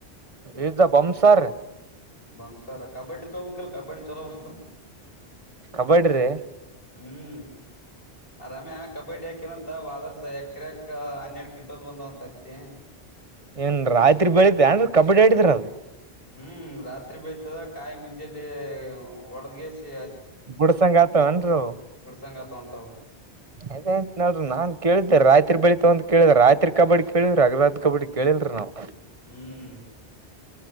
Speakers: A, on the right; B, on the left.
A: ಈಜ ಬಮಸರ್
B: ಬಮ ಸಾರ ಕಬಡ್ಡಿ ತಗೋಬೇಲ್ಲ ಕಬಡ್ಡಿ ಛಲೋ ಬರ್ತಾ ವ
A: ಕಬಡ್ಡಿ ರೀ
B: ಹ್ಮ್ ಆ ರಾಮ್ಯಾ ಕಬಡ್ಡಿ ಹಾಕನಂತ ವಾದ್ ವರ್ಷ ಎಕರೆಕ ಹನ್ನೆರಡು ಕ್ವಿಂಟಲ್ ಬಂದವ ಅಂತ ಐತಿ
A: ಏನ್ ರಾತ್ರಿ ಬೆಳಿತ ಏನ ಕಬಡ್ಡಿ ಆಡಿದ್ರ
B: ಹ್ಮ್ ರಾತ್ರಿ ಬೆಳಿಯ್ತದ ಕಾಯ ಮುಂಜಾಲೇ ಹ್ಮ ಒಡದಗೆಸಿ
A: ಬುಡ ಸಾಂಗ್ ಆಗ್ತವೆ ಏನ್ರಿ
B: ಚಂಗ ತಂತ ಆ <inaudible>
A: ಅದ್ತ್ ನಲ ನಾನ್ ಕೇಳಿದ್ದೆ ರಾತ್ರಿ ಬೆಳಿತ ತಾವ ಅಂತ ಕೇಳಿದ ರಾತ್ರಿ ಕಬಡ್ಡಿ ಕೇಳಿದವ್ರಿ ಹಗಲತ್ ಕಬಡ್ಡಿ ಕೇಳಿಲ್ರಿ ನಾವು
B: ಹ್ಮ್